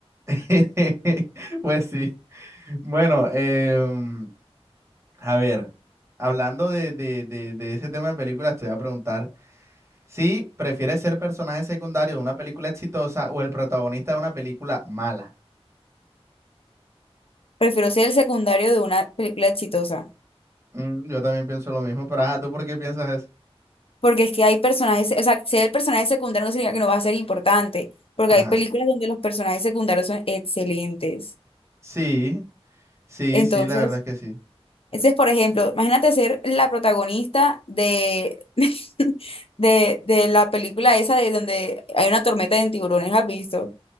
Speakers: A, on the right (about 25°); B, on the left (about 60°).
A: <laughs> Pues sí, bueno, em, a ver, hablando de, de, de, de ese tema de películas, te voy a preguntar si prefieres ser personaje secundario de una película exitosa o el protagonista de una película mala.
B: Prefiero ser el secundario de una película exitosa.
A: Mm, yo también pienso lo mismo, pero ajá, ¿tú por qué piensas eso?
B: Porque es que hay personajes, o sea, ser el personaje secundario no significa que no va a ser importante, porque
A: Ajá.
B: hay películas donde los personajes secundarios son excelentes.
A: Sí, sí,
B: Entonces,
A: sí, la verdad es que sí.
B: ese es, por ejemplo, imagínate ser la protagonista de, <laughs> de, de la película esa de donde hay una tormenta de tiburones, ¿la ¿has visto?